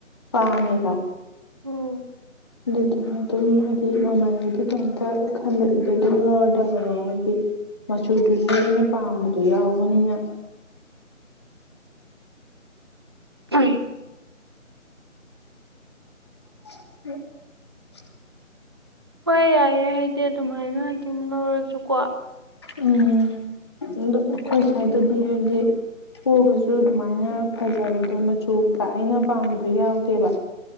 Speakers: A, on the left; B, on the right.
A: ꯄꯥꯝꯃꯦꯕ
B: ꯎꯝ
A: ꯑꯗꯨꯗꯨꯅ ꯑꯗꯨꯝ ꯍꯥꯏꯗꯤ ꯃꯃꯜꯒꯤꯗꯤ ꯀꯩꯝꯇ ꯈꯟꯕꯗꯨꯗ ꯑꯗꯨꯝ ꯂꯧꯔꯗꯕꯅꯦ ꯍꯥꯏꯕꯗꯤ ꯃꯆꯨꯗꯨꯁꯨ ꯑꯩꯅ ꯄꯥꯝꯕꯗꯣ ꯌꯥꯎꯕꯅꯤꯅ
B: ꯎ
A: ꯍ
B: ꯍꯣꯏ ꯌꯥꯏꯌꯦꯦ ꯍꯥꯏꯗꯤ ꯑꯗꯨꯃꯥꯏꯅ ꯑꯗꯨꯝ ꯂꯧꯔꯁꯨꯀꯣ
A: ꯎꯝ ꯑꯗꯣ
B: ꯑꯗꯒꯤ
A: ꯑꯩꯈꯣꯏ ꯁ꯭ꯋꯥꯏꯗꯗꯤ ꯍꯥꯏꯗꯤ ꯀꯣꯒꯁꯨ ꯑꯗꯨꯃꯥꯏꯅ ꯐꯖꯕꯗꯣ ꯃꯆꯨ ꯑꯩꯅ ꯄꯥꯝꯕꯗꯣ ꯌꯥꯎꯗꯦꯕ